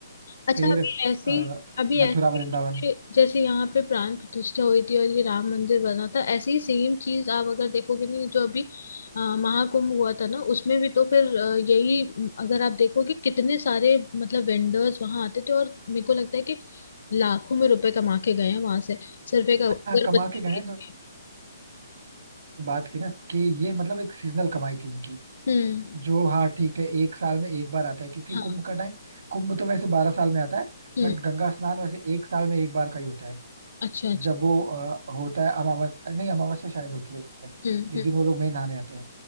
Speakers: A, on the left; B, on the right.
A: अच्छा
B: फिर
A: अभी ऐसी
B: अ,
A: अभी
B: मथुरा
A: ऐसी
B: वृंदावन
A: जैसे जैसे यहाँ पे प्राण प्रतिष्ठा हुई थी और ये राम मंदिर बना था ऐसी ही सेम चीज आप अगर देखोगे नहीं जो अभी अ, महाकुंभ हुआ था ना उसमें भी तो फिर अ, यही अगर आप देखोगे कितने सारे मतलब वेंडर्स वहां आते थे और मेरे को लगता है कि लाखों में रुपए कमा के गए हैं वहां से सिर्फ एक अगरबत्ती
B: हाँ कमा के गए
A: बेच
B: हैं बट
A: के
B: बात की ना कि ये मतलब एक सीजनल कमाई थी इनकी
A: हम्म
B: जो हाँ ठीक है एक साल में एक बार आता है क्योंकि
A: हाँ
B: कुंभ का टाइम कुंभ तो वैसे बारह साल में आता है
A: हम्म
B: बट गंगा स्नान वैसे एक साल में एक बार का ही होता है
A: अच्छा अच्छा
B: जब वो अ, होता है अमावस्या नहीं अमावस्या शायद होती है
A: हम्म
B: जिस
A: हम्म
B: दिन वो लोग मेन नहाने आते हैं